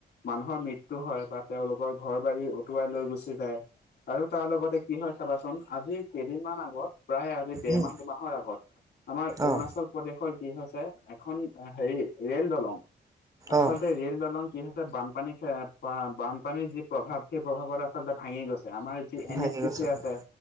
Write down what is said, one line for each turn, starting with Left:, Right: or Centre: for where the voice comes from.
Left: মানুহৰ মৃত্যু হয় বা তেওঁলোকৰ ঘৰ বাৰী উটুৱাই লৈ গুচি যায়, আৰু তাৰ লগতে কি হয় চাবাচোন, আজি কেইদিনমান আগত প্ৰায় আজি দেৰমাহ
Right: উম,
Left: দুমাহৰ আগত, আমাৰ অৰুণাচল
Right: অ',
Left: প্ৰদেশৰ কি হৈছে, এখন হেৰি ৰেল দলং আচলতে
Right: অ',
Left: ৰেল দলং কি হৈছে বান পানী সেই আ বা বানপানীৰ যি প্ৰভাৱ, সেই প্ৰভাৱত আচলতে ভাঙি গৈছে আমাৰ যি এন
Right: ভাগি
Left: এছ পি
Right: গৈছে
Left: চি
Right: হয়,
Left: আছে